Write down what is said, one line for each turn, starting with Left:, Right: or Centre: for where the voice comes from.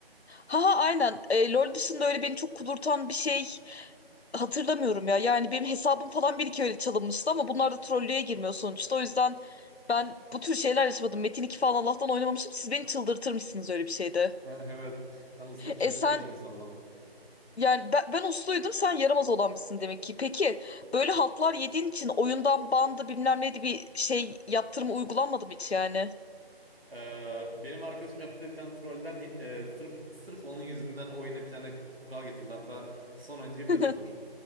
Left: ha ha aynen e, LoL dışında öyle beni çok kudurtan bir şey hatırlamıyorum ya. Yani benim hesabım falan bir iki öyle çalınmıştı ama bunlar da trollüğe girmiyor sonuçta. O yüzden ben bu tür şeyler yaşamadım. Metin 2 falan Allah'tan oynamamışım. Siz beni çıldırtır mısınız öyle bir şeyde?
Right: <laughs> Evet. Sen usta bir çocukluk
Left: E sen
Right: geçirmesin o zaman.
Left: Yani ben, ben usluydum sen yaramaz olanmışsın demek ki. Peki böyle haltlar yediğin için oyundan bandı bilmem neydi bir şey yaptırımı uygulanmadı mı hiç yani?
Right: Ee, benim arkadaşım yaptığı bir tane trollden e, sırf, sırf onun yüzünden oyuna bir tane kural getirildi. Hatta son oyuncuyu
Left: <laughs>
Right: biliyorsundur.